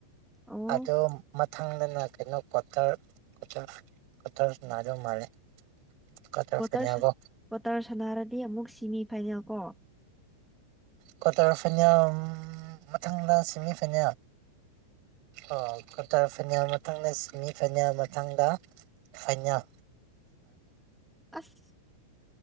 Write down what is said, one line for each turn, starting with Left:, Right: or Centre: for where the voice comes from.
Centre: ꯑꯣ
Right: ꯑꯗꯣ ꯃ ꯊꯪꯗꯅ ꯀꯩꯅꯣ ꯀ꯭ꯋꯥꯇꯔ ꯀ꯭ꯇꯔ ꯀ꯭ꯇꯔ ꯁꯟꯅꯥꯗꯣꯏ ꯃꯥꯜꯂꯦ ꯀ꯭ꯋꯥꯇꯔ
Centre: ꯀꯋꯥ꯭ꯇꯔ
Right: ꯐꯥꯏꯅꯦꯜꯀꯣ
Centre: ꯀ꯭ꯋꯥꯇꯔ ꯁꯅꯥꯔꯗꯤ ꯑꯃꯨꯛ ꯁꯤꯃꯤ ꯐꯥꯏꯅꯦꯜ ꯀꯣ
Right: ꯀꯋꯥꯇꯔ ꯐꯥꯢꯅꯦꯜ ꯃꯊꯪꯗ ꯁꯤꯃꯤ ꯐꯥꯢꯅꯦꯜ ꯑꯣ ꯀ꯭ꯋꯥꯇꯔ ꯐꯥꯏꯅꯦꯜ ꯃꯊꯪꯗ ꯁꯤꯃꯤ ꯐꯥꯏꯅꯦꯜ ꯃꯊꯪꯗ ꯐꯥꯢꯅꯦꯜ
Centre: ꯑꯁ